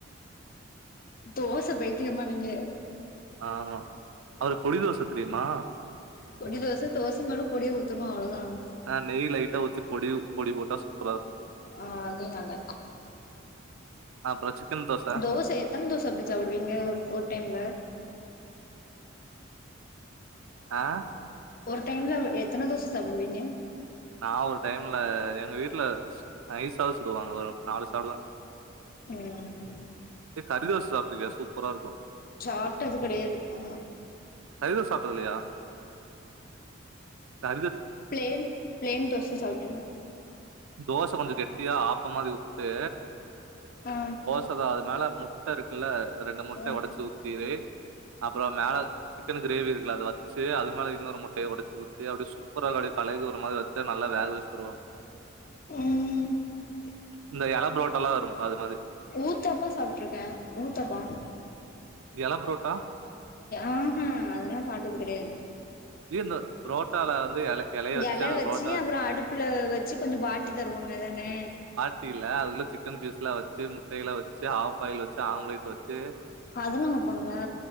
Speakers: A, on the left; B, on the right.
A: தோச பைத்தியமா நீங்க
B: ஆமா அ பொடிதோச தெரியுமா
A: பொடி தோச தோச மேல பொடிய ஊத்னோம்மா அவ்ளோதான்
B: ஆ நெய் லைட்டா ஊத்தி பொடி பொடி போட்டா சூப்பரா இருக்கும்
A: ஆ அது நல்லாருக்கு
B: அப்பறம் சிக்கன் தோச
A: தோச எத்தன தோசை அப்டி சாப்புடுவீங்க ஒர் ஒரு டைம்ல
B: ஆ
A: ஒர் டைம்ல எத்தன தோச சாப்டுவிங்க
B: நா ஒரு டைம்ல எங்க வீட்டுல நைசாதா சுடுவாங்க ஒரு நாலு சாப்டுவே
A: ம்
B: ஏ கறிதோச சாப்டுருக்கியா சூப்பரா ருக்கு
A: சாப்டது கெடையாது அதல்லா
B: து சாப்டது இல்லையா ஆ
A: பிளேன் பிளேன் தோச சாப்ருக்கே
B: தோச கொஞ்சம் கெட்டியா ஆப்ப மாரி உட்டு
A: ஆ
B: அத அது மேல முட்ட இருக்குல ரெண்டு முட்ட
A: ஆ
B: ஒடச்சி ஊத்திரு அப்புறோம் மேல சிக்கன் கிரேவி இருக்குல அத வச்சி அது மேல இன்னொரு முட்டய ஒடச்சி ஊத்தி அப்படி சூ ப்பரா கலைக்கு ஒரு மாரி வச்சி நல்ல வேக வச்சி தருவாங்க
A: ம் கே
B: இந்த எல புரோட்டலாம் வரும்ல அது மாரி
A: ஊத்தப்பா சாப்பிட்ருக்கேன் ஊத்தப்போம்
B: எல ப்புரோட்டா
A: ஆஹான் அதெல்லாம் சாப்ட்டது கெடையாது
B: இ வந்து புரோட்டால வந்து எல எலைய
A: எல
B: அது
A: வச்சு
B: புரோட்டா
A: அப்பறம் அடுப்புல வெச்சு கொஞ்சம் வாட்டி தருவாங்க அதானே
B: அப்டியில்ல அதுக்குள்ள சிக்கன் பீஸ்ல்லாம் வெச்சு முட்டைல்லாம் வச்சு ஹாஃப் ஆயில் வச்சு ஆம்லேட் வச்சு
A: அதலா வப்பாங்களா